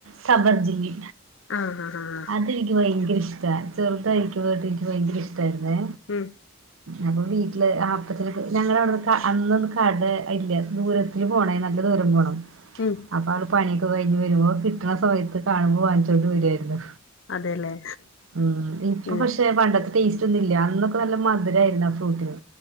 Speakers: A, on the right; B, on the left.
A: സബർജലി
B: ആഹ് ആഹ്
A: അതെനിക്ക് ഭയങ്കര ഇഷ്ടാ ചെറുതായിരികുമ്പോ തൊട്ട് ഇന്ക് ഭയങ്കര ഇഷ്ടായിരുന്നെ
B: ഉം
A: അപ്പൊ വീട്ടില് ആ ഞങ്ങളവിടെ അന്നൊന്നും കട ഇല്ല ദൂരത്തി പോണേ നല്ല ദൂരം പോണം
B: ഉം
A: അപ്പൊ ആള് പണിയൊക്കെ കഴിഞ്ഞ് വെരുമ്പോ കിട്ടണ സമയത്ത് കാണുമ്പോ വാങ്ങിച്ചോണ്ട് വെരുവായിരുന്നു
B: അതെല്ലേ
A: ഉ ഇപ്പൊ
B: ഉം
A: പക്ഷെ പണ്ടത്തെ ടേസ്റ്റ് ഒന്നും ഇല്ലാ അന്നൊക്കെ നല്ല മധുരായിരുന്നു ആ ഫ്രൂട്ടിന്